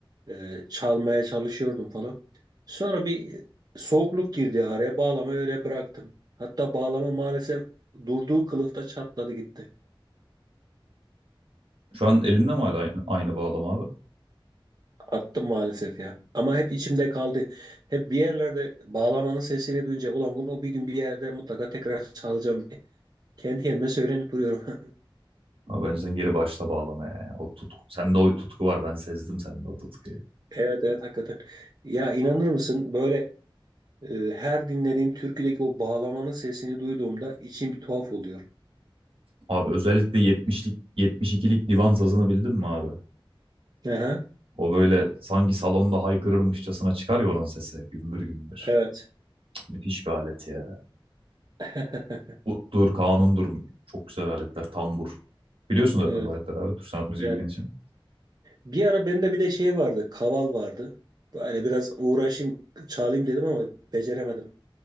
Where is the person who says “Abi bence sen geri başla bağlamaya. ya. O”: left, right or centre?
Right